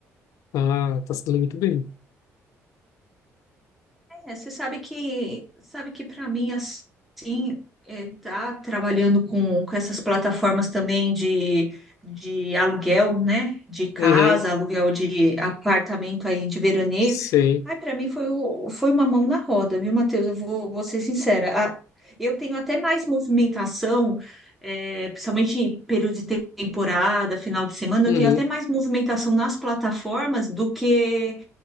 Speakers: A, on the left (about 85°); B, in the centre.
A: Ah, tá se dando muito bem.
B: É, você sabe que sabe que para mim assim é, tá trabalhando com, com essas plataformas também de, de aluguel, né? De casa,
A: Uhum,
B: aluguel de apartamento aí de veraneio.
A: sim.
B: Ai, para mim foi, o- foi uma mão na roda, viu, Matheus? Eu vou, vou ser sincera. A- eu tenho até mais movimentação, é, principalmente em período de te- temporada, final de semana,
A: Uhum,
B: eu tenho até mais movimentação nas plataformas do que